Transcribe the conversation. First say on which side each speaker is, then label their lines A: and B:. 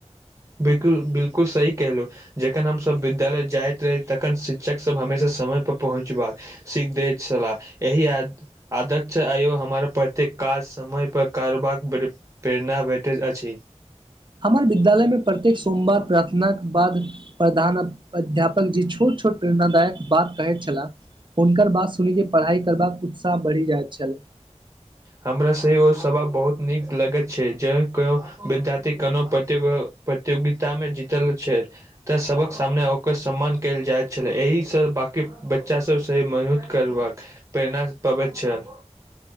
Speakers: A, on the right; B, on the right.
A: बिल्कुल बिल्कुल सही कहलहो जखन हमसभ विद्यालय जाइत रही तखन शिक्षकसभ हमेशा समयपर पहुँच बाक सिख द छला एहि आदत स आयो हमर प्रत्येक काज समयपर कारबाक प्रेरणा भेटैत अछि
B: हमर विद्यालय में प्रत्येक सोमवार प्रार्थनाक के बाद प्रधान अध्यापक जी छोट छोट प्रेरणादायक बात कहैत छलाह हुनकर बात सुन के पढ़ाई करबाक उत्साह बढ़ि जाइत छल
A: हमरा से ओ सब बहुत नीक लगैत छै जे केओ विद्यार्थी कोनो प्रतियोगिता में जीतल छै तऽ सभक सामने ओकर सम्मान कयल जाइत छलै एहिसँ बाँकी बच्चा सभसँ मेहनत करबाक प्रेरण पाबैत छै ल